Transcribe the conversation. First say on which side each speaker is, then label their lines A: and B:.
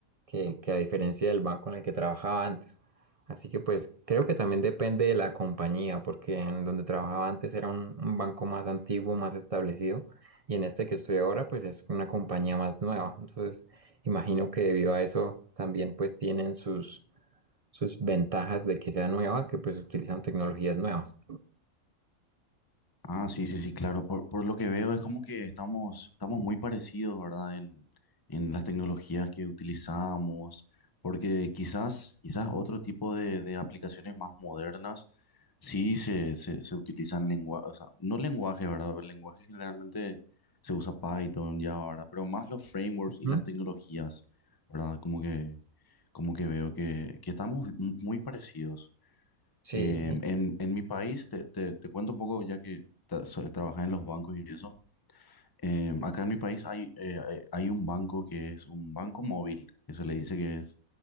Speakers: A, on the right; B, on the left.
A: que, que a diferencia del banco en el que trabajaba antes. Así que pues creo que también depende de la compañía, porque en donde trabajaba antes era un, un banco más antiguo, más establecido, y en este que estoy ahora pues es una compañía más nueva. Entonces imagino que debido a eso también pues tienen sus sus ventajas de que sea nueva, que pues utilizan tecnologías nuevas.
B: Ah, sí, sí, sí, claro. Por, por lo que veo es como que estamos, estamos muy parecidos, ¿verdad? En, en las tecnologías que utilizamos, porque quizás, quizás otro tipo de, de aplicaciones más modernas sí se, se, se utilizan lenguaje, o sea, no lenguaje, ¿verdad? El lenguaje generalmente se usa Python, Java, ¿verdad? Pero más los frameworks
A: Ujú.
B: y las tecnologías, ¿verdad? Como que, como que veo que, que estamos muy parecidos.
A: Sí,
B: Em,
A: y-
B: en, en mi país, te, te- te cuento un poco ya que tra- so- trabajé en los bancos y eso. Em, acá en mi país hay, eh, hay hay un banco que es un banco móvil, que se le dice que es,